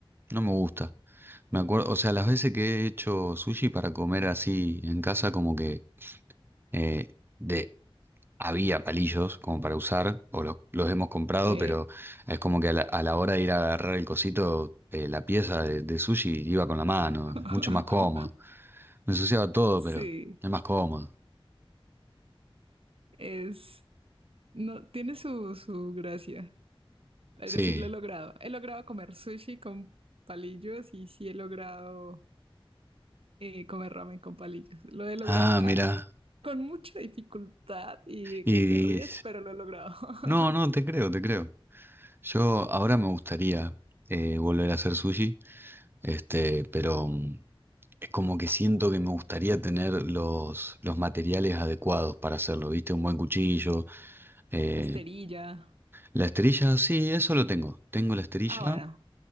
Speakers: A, on the right (about 25°); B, on the right (about 75°).
A: no me gusta. Me acuerdo, o sea, las veces que he hecho sushi para comer así en casa, como que eh, de, había palillos como para usar, o lo- los hemos comprado,
B: Sí.
A: pero es como que a la, a la hora de ir a agarrar el cosito, eh, la pieza de, de sushi iba con la mano,
B: <laughs>
A: es mucho más cómodo. Me ensuciaba todo,
B: Sí,
A: pero es más cómodo.
B: es, no, tiene su, su gracia. Pero
A: Sí.
B: sí lo he logrado. He logrado comer sushi con palillos y sí he logrado eh, comer ramen con palillos. Lo he logrado
A: Ah,
B: ah,
A: mira.
B: con mucha dificultad y
A: Y
B: que te ríes, pero lo he logrado. <laughs>
A: no, no, te creo, te creo. Yo ahora me gustaría eh, volver a hacer sushi, este, pero mm, es como que siento que me gustaría tener los, los materiales adecuados para hacerlo, ¿viste? Un buen cuchillo eh,
B: La esterilla.
A: La esterilla, sí, eso lo tengo. Tengo la esterilla.
B: Ah, bueno.